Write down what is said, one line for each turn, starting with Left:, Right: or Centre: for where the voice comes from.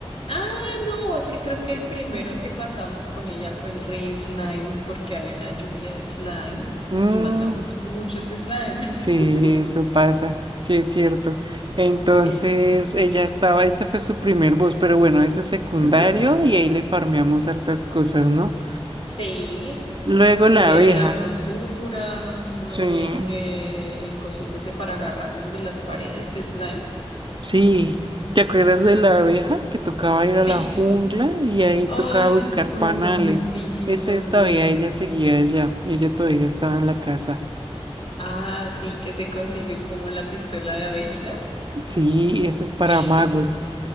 Left: Ah, no, es que creo que el primero que pasamos con ella fue el rey slime porque había una lluvia de slime
Right: mm,
Left: y matamos muchos slime.
Right: sí,
Left: <laughs>
Right: eso pasa, sí es cierto. Entonces
Left: Eso.
Right: ella estaba, ese fue su primer boss, pero bueno, ese es secundario
Left: Ujú.
Right: y ahí le farmeamos hartas cosas, ¿no?
Left: Sí,
Right: Luego
Left: nos
Right: la
Left: dieron
Right: abeja,
Left: la montura, nos
Right: sí.
Left: dieron eh, el, cosito ese para agarrarnos de las paredes de slime.
Right: Sí, ¿te acuerdas de la abeja que tocaba ir a
Left: Sí.
Right: la jungla y ahí
Left: Ay,
Right: tocaba buscar
Left: ese estuvo
Right: panales?
Left: muy difícil
Right: Ese
Left: también.
Right: todavía ella seguía allá, ella todavía estaba en la casa.
Left: Ah, sí, que se consiguió como la pistola de abejitas.
Right: Sí, eso es para
Left: <laughs>
Right: magos.